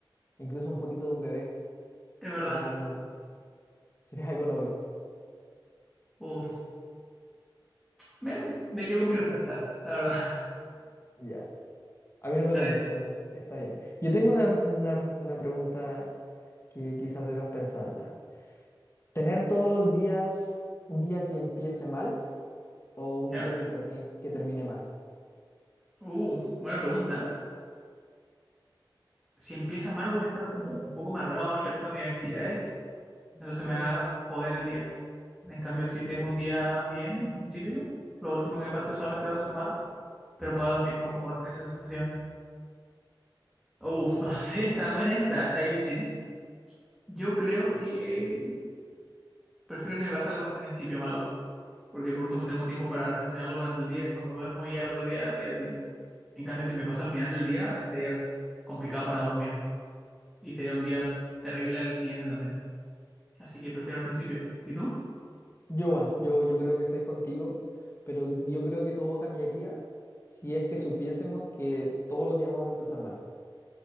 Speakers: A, on the left; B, in the centre.
A: incluso un potito de un bebé.
B: Es verdad.
A: Sería algo, ¿no? <laughs> Sería algo noble.
B: Uh, me, me quedo con
A: Mm.
B: mi respuesta, la verdad.
A: Ya, a mí no me
B: <laughs> Vale,
A: convence, pero está bien. Yo tengo una, una- una pregunta que quizás debas pensarla. ¿Tener todos los días un día que empiece mal o un
B: ya.
A: día que termine, que termine mal?
B: Uh, buena pregunta. Si empieza mal, voy a estar como un poco amargado el resto de mis actividades. Entonces
A: Sí,
B: me va a joder el día. En cambio, si tengo un día bien al principio, lo último que me pase solamente va a ser malo. Pero me voy a dormir como con esa sensación. Uh, <laughs> no sé, está buena esta, ¿eh? está difícil. Yo creo que prefiero que me pase algo al principio malo. porque por último tengo tiempo para reflexionarlo durante el día y después me duermo y al otro día, día siguiente. En cambio, si me pasa al final del día, estaría complicado para dormir y sería un día terrible al siguiente también. Así que prefiero al principio. ¿Y tú?
A: yo igual, yo, yo creo que estoy contigo, pero yo creo que todo cambiaría si es que supiésemos que todos los días vamos a empezar mal.